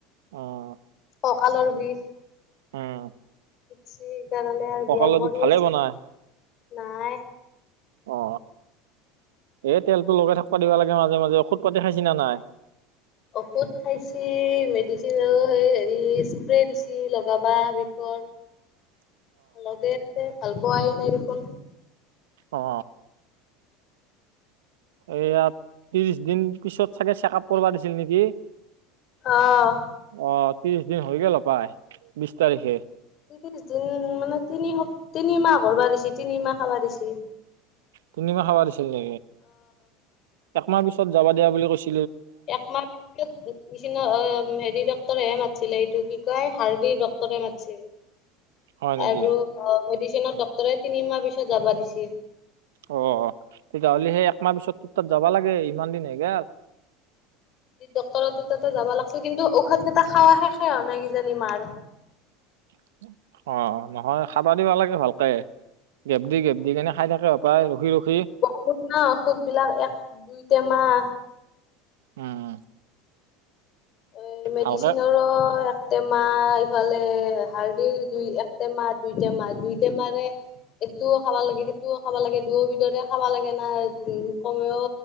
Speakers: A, on the right; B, on the left.
A: অ'
B: ককালৰ বিষ।
A: উম।
B: হৈছে সেইকাৰণে আৰু
A: কঁকালৰ
B: ব্যয়ায়াম কৰি
A: বিষ ভালে
B: আছো
A: বনাই
B: নাই।
A: অ। এ তেলতো লগাই থাকিবা দিবা লাগে মাজে মাজে ঔষধ পাতি খাইছি না নাই।
B: ঔষুধ খাইছ মেডিচিন আৰু সেই হেৰি স্প্ৰে দিছে লগাবা বিষৰ।
A: <inaudible>
B: লগাতে ভাল পোৱাই নাই দেখোন।
A: অ এইয়া ত্ৰিশ দিন পিছত চাগে চেক আপ কৰাব দিছিল নেকি।
B: আহ
A: অ ত্ৰিশ দিন হৈ গ হপায় বিশ তাৰিখে।
B: ত্ৰিশ দিন মানে তিনি সপ তিনিমাহ ঘৰ বকৰবা দিছে তিনিমাহ খাব দিছে।
A: তিনি মাহ খাবা দিছিলাকে একমাহ পিছত যাবা দিয়া বুলি কৈছিল।
B: একমাহ নিচিনা অ'। উম হেৰি ডক্তৰেহে মাতিছিলে এইটো কি কয় হাৰ্ডিৰ ডক্টৰে মাতিছিল।
A: হয় নেকি
B: আৰু মেডিচনৰত ডক্টৰে তিনিমাহ পিছত যাবা দিছিল।
A: অ' তেতিয়াহ'লে সেই একমাহ পিছত তোৰ তাত যাবা লাগে ইমান দিন হয়গেল।
B: ডক্তৰ তাতে যাবা লাগিছিল। কিন্তু ঔষধ কেইটা খোৱা শেষে হোৱা নাই কিজানি মাৰ।
A: <inaudible> অ' নহয় খাবা দিব লাগে ভালকে গেপ দি গেপ দি কেনে খাই থাকে। পাই ৰখি ৰখি।
B: বহুত ন ঔষধ বিলাক এক দুই টেমাহ
A: উম।
B: উম মেডিচিনৰো
A: ভালকে
B: টেমি ইফালে হাৰ্দিৰ দুই এক টেমাহ দুই টেমাহ দুইটেমাৰে এইটোও খাবা লাগে সেইটোও খাব লাগে দুয়ো বিধৰে খাব লাগে না উ কমেও